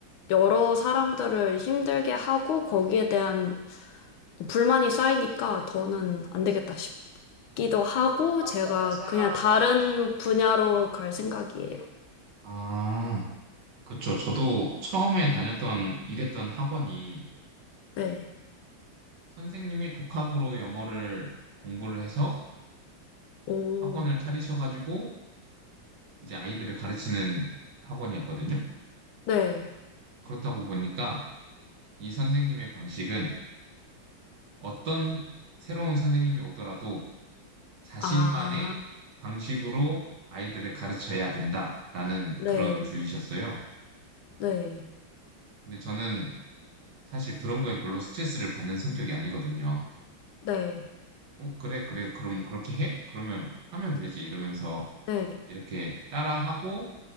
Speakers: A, on the left; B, on the right.
A: 여러 사람들을 힘들게 하고 거기에 대한 불만이 쌓이니까 더는 안 되겠다 싶기도 하고
B: 하고
A: 제가
B: 제가
A: 그냥 다른
B: 그냥
A: 분야로 갈 생각이에요.
B: 네. 아, 그쵸. 저도 처음에 다녔던, 일했던 학원이
A: 네.
B: 선생님이 독학으로 영어를 공부를 해서
A: 오,
B: 학원을 차리셔가지고 이제 아이들을 가르치는 학원이었거든요.
A: 네.
B: 그렇다고 보니까 이 선생님의 방식은 어떤 새로운 선생님이 오더라도 자신만의
A: 아,
B: 방식으로 아이들을 가르쳐야 된다라는
A: 네,
B: 그런 주의셨어요.
A: 네,
B: 근데 저는 사실 그런 거에 별로 스트레스를 받는 성격이 아니거든요.
A: 네,
B: 어, 그래, 그래, 그럼 그렇게 해? 그러면 하면 되지. 이러면서
A: 네.
B: 이렇게 따라하고